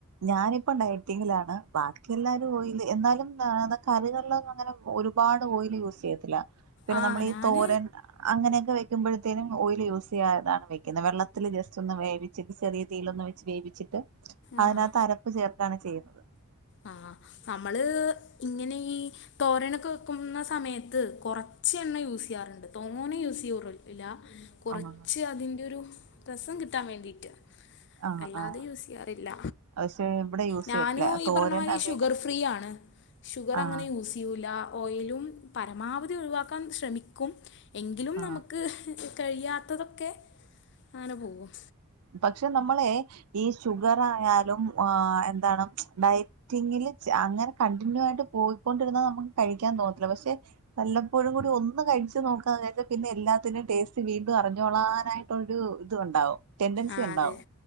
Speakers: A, on the right; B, on the left.
A: ഞാനിപ്പം ഡയറ്റിങ്ങിലാണ് ബാക്കി എല്ലാരും ഓയില് എന്നാലും ന്നേ കറികളിലങ്ങനെ ഒരുപാട് ഓയില് യൂസ് ചെയ്യത്തില്ല. പിന്നെ
B: ആ
A: നമ്മളീ
B: ഞാൻ
A: തോരൻ അങ്ങനെയൊക്കെ വെക്കുമ്പോഴത്തേനും ഓയിൽ യൂസ് ചെയ്യാതാണ് വെക്കുന്നെ വെള്ളത്തിൽ ജസ്റ്റൊന്ന് വേവിച്ചത് സെറി തീയിലൊന്ന് വെച്ച് വേവിച്ചിട്ട് അതിനാത്ത്
B: ആ
A: അരപ്പ് ചേർക്കാണ് ചെയ്യുന്നത്.
B: ആഹ് നമ്മള് ഇങ്ങനെ ഈ തോരനൊക്കെ വെക്കുന്ന സമയത്ത് കുറച്ച് എണ്ണ യൂസ്യ്യാറുണ്ട് തോനെ യൂസെയ്യോറു ഇല്ല കുറച്ച്
A: ആഹ്
B: അതിന്റെ ഒരു രസം കിട്ടാൻ വേണ്ടിട്ട്.
A: ആഹ്
B: അല്ലാതെ
A: ആഹ്
B: യൂസ് ചെയ്യാ റില്ല.
A: പക്ഷെ ഇവിടെ യൂസ്
B: ഞാനും,
A: ചെയ്യത്തില്ല
B: ഈ,
A: തോരൻ
B: പറണ പോലെ
A: അവിയല്
B: ഷുഗർ ഫ്രീ യാണ്. ഷുഗറ
A: ആഹ്
B: ങ്ങനെ യൂ ഉസിയൂല ഓയിലും പരമാവധി ഒഴിവാക്കാൻ ശ്രമിക്കും. എങ്കിലും
A: ആഹ്
B: നമുക്ക് കഴിയാത്തതൊക്കെ അങ്ങനെ പോവും.
A: പക്ഷെ, നമ്മളെ ഈ ഷുഗറായാലും ആഹ്, എന്താണ് ഡയ റ്റിങ്കില് ച് അങ്ങനെ, കണ്ടിന്യൂ ആയിട്ട് പോയിക്കൊണ്ടിരുന്ന നമുക്ക് കഴിക്കാൻ തോന്നത്തില്ല. പക്ഷെ വല്ലപ്പോഴും കൂടി ഒന്ന് കഴിച്ചു നോക്കാൻ നേരത്ത്, പിന്നെ എല്ലാത്തിന്റെയും ടേസ്റ്റ് വീണ്ടും അറിഞ്ഞോളാനായി. ഒരു ഇത്ണ്ടാവും ടെന്റൻസി
B: ആ
A: ഉണ്ടാവും
B: അതെ